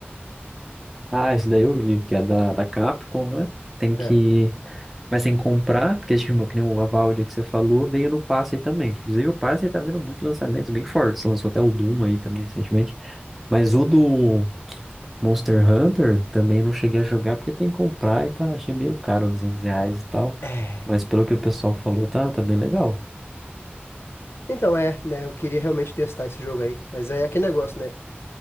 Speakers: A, in the centre; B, on the left.
A: Ah, esse daí eu vi, que é da, da Capcom, né? Tem que.
B: É.
A: Mas tem que comprar, porque acho que que nem o Avowed que você falou, veio no passe aí também. Inclusive, o passe aí tá vendo muitos lançamentos bem fortes. Lançou até o Doom aí também recentemente. Mas o do Monster Hunter também não cheguei a jogar porque tem que comprar e tá. Achei meio caro, 200 reais e tal.
B: É.
A: Mas pelo que o pessoal falou, tá, tá bem legal.
B: Então, é, né? Eu queria realmente testar esse jogo aí. Mas é aquele negócio, né?